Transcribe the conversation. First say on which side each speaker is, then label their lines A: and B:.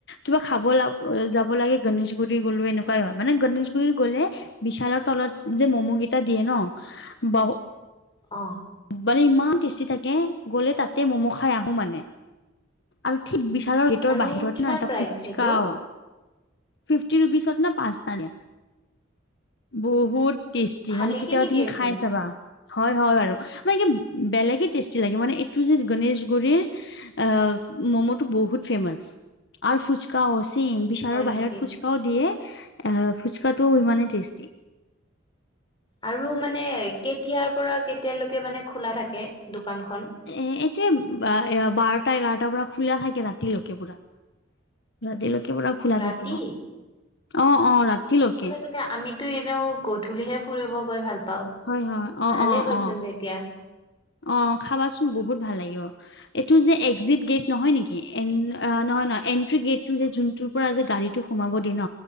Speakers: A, on the left; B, on the left.
A: কিবা খাব ল যাব লাগে গনেশ গুৰি গ'লো, এনেকুৱাই হয় মানে গনেশগুৰি গ'লে বিশালৰ তলত যে ম'ম'কেইটা দিয়ে ন ব
B: অঁ,
A: মানে ইমান টেষ্টি থাকে গ'লে তাতে মম' খাই আহোঁ মানে। আৰু ঠিক বিশালৰ গেটৰ
B: আৰু
A: বাহিৰত
B: কিমান
A: ন এটা
B: প্ৰাইচ
A: ফুচকাও,
B: সেইটো
A: ফিফটি ৰুপিচত না পাঁচটা দিয়ে, বহুত টেষ্টি
B: ভালেখিনি
A: মানে কেতিয়াবা
B: দিয়েচোন
A: তুমি খাই চাবা। হয়-হয় বাৰু মানে বেলেগে টেষ্টি লাগে, মানে এইটো যে গণেশগুৰিৰ অ, ম'ম'টো বহুত ফেমাচ আৰু ফুচকা অ, চেম বিশালৰ
B: হয় নেকি
A: বাহিৰত ফুচকা কাও দিয়ে এ ফুচকাটোও ইমানেই টেষ্টি।
B: আৰু মানে কেতিয়াৰ পৰা কেতিয়ালৈকে মানে খোলা থাকে দোকানখন?
A: এ এতিয়া এ বাৰটা এঘাৰটাৰ পৰা খোলা থাকে ৰাতিলৈকে পুৰা। ৰাতিলৈকে পুৰা খোলা
B: ৰাতি
A: থাকিব অ, অ, ৰাতিলৈকে।
B: মানে আমিতো এনেও গধূলিহে ফুৰিব গৈ ভাল পাওঁ,
A: হয় হয় অ
B: ভালে
A: অ
B: হয়
A: অ
B: চোন তেতিয়া।
A: অ' খাবাচোন বহুত ভাল লাগিব। এইটো যে একযিট গেট নহয় নেকি এন নহয় নহয় এনট্ৰি গেটটো যে যোনটো পৰা যে গাড়ীটো সোমাব দিয়ে ন